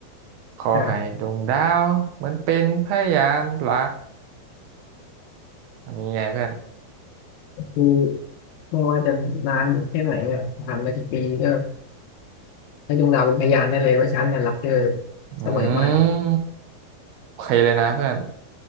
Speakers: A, on the right (about 80°); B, on the left (about 75°).
A: ขอให้ดวงดาวเหมือนเป็นพยานรัก
B: เออ
A: อันนี้ไงเพื่อน
B: คือไม่ว่าจะนานแค่ไหนอ่ะผ่านมากี่ปีก็ให้ดวงดาวเป็นพยานได้เลยว่าฉันเนี่ยรักเธอ
A: อื
B: เสมอมา
A: มโอเคเลยนะเพื่อน